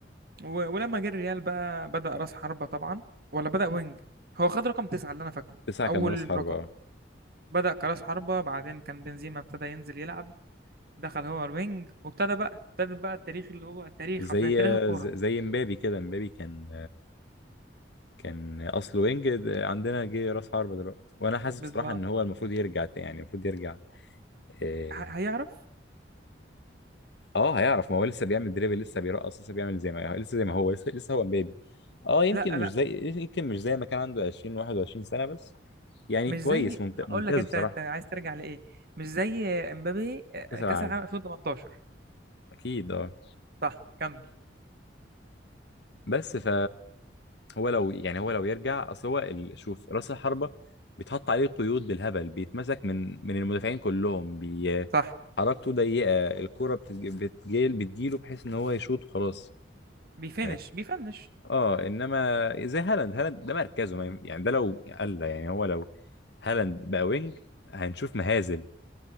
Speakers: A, on the right (about 50°); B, on the left (about 60°).
A: و- ولما جه الريال بقى بدأ رأس حربة طبعا ولا بدأ وينج هو خد رقم تسعة اللي أنا فاكره
B: تسعة
A: أول
B: كان راس حربة
A: رقم بدأ كرأس حربة بعدين كان بنزيما ابتدى ينزل يلعب دخل هو الوينج وابتدى بقى ابتدى بقى التاريخ اللي هو التاريخ
B: زي
A: حرفيا تاريخ الكورة
B: زي مبابي كده مبابي كان كان اصله وينج ده عندنا جه راس حربة دلوقتي وانا حاسس
A: بالظبط
B: بصراحة ان هو المفروض يرجع تاني يعني المفروض يرجع اه
A: ه- هيعرف
B: آه، هيعرف ما هو لسه بيعمل دريبل لسه بيرقص لسه بيعمل زي ما لسه زي ما هو لسه لسه هو مبابي اه يمكن
A: لا لا
B: مش زي يمكن مش زي ما كان عنده 20 21 سنة بس يعني
A: مش
B: كويس
A: زي
B: ممت-
A: هقول
B: ممتاز
A: لك انت
B: بصراحة
A: انت عايز ترجع لإيه مش زي امبابي آه،
B: كأس
A: كأس
B: العالم
A: العالم 2018
B: اكيد اه
A: صح كمل
B: بس ف هو لو يعني هو لو يرجع اصل هو ال- شوف راس الحربه بيتحط عليه قيود بالهبل بيتمسك من من المدافعين كلهم بي-
A: صح
B: حركته ضيقه الكوره بتج- بتجيل بتجيله بحيث ان هو يشوط وخلاص
A: بيفنش
B: يعني
A: بيفنش
B: اه انما زي هالاند هالاند ده مركزه ما ينف- يعني ده لو قال يعني هو لو هالاند بقى وينج هنشوف مهازل